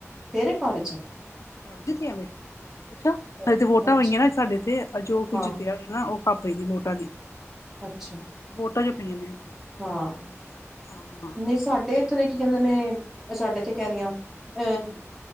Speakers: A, in the centre; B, on the left.
A: ਤੇਰੇ ਘਰ'ਚ?
B: ਛਡਤੀਆ ਨੇ, ਅੱਛਾ! ਹਲੇ
A: ਅ-
B: ਤੇ ਵੋਟਾਂ
A: ਅੱਛਾ
B: ਹੋਈਆਂ ਨਾ ਸਾਡੇ ਇੱਥੇ, ਅੱਜ, ਓ, ਕੁੱਝ
A: ਹਾਂ,
B: ਜਿੱਤਿਆ ਹੋਣਾ ਨਾ, ਉਹ ਭਾਪੇ ਦੀ ਵੋਟਾਂ ਦੀ।
A: ਅੱਛਾ।
B: ਵੋਟਾਂ'ਚ ਪਈਆਂ ਨੇ।
A: ਹਾਂ‌।
B: <inaudible>
A: ਨਹੀਂ ਸਾਡੇ ਇੱਥੇ ਤਾਂ, ਕੀ ਕਹਿੰਦੇ ਨੇ, ਸਾਡੇ ਇੱਥੇ ਕਹਿ ਰਹੀਆਂ ਅ
B: ਹਾਂ